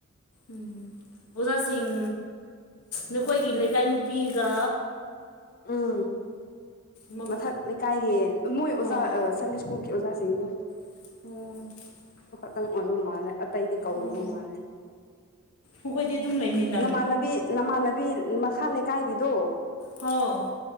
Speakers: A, on the left; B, on the left.
A: ꯎꯝ ꯑꯣꯖꯥꯁꯤꯡ ꯅꯈꯣꯏꯒꯤ ꯂꯩꯀꯥꯏ ꯅꯨꯄꯤꯒ
B: ꯑꯥ
A: ꯃꯝ
B: ꯃꯊꯛ ꯂꯩꯀꯥꯏꯒꯤ ꯃꯣꯏ ꯑꯣꯖꯥ
A: ꯑꯣ
B: ꯁꯟꯗꯦ ꯁ꯭ꯀꯨꯜ ꯑꯣꯖꯥꯁꯤꯡꯗꯨ
A: ꯑꯣ
B: ꯇꯪ ꯑꯣꯏꯕ ꯃꯥꯜꯂꯦ ꯑꯇꯩꯗꯤ ꯀꯧꯗꯕ
A: ꯑꯣ
B: ꯃꯥꯜꯂꯦ
A: ꯑꯩꯈꯣꯏꯗꯤ ꯑꯗꯨꯝ ꯂꯩꯃꯤꯟ
B: ꯅꯃꯥꯟꯅꯕꯤ ꯅꯃꯥꯟꯅꯕꯤ ꯃꯈ ꯈꯥꯥꯟꯦ ꯀꯥꯏꯒꯤꯗꯨꯣ
A: ꯍꯥꯎ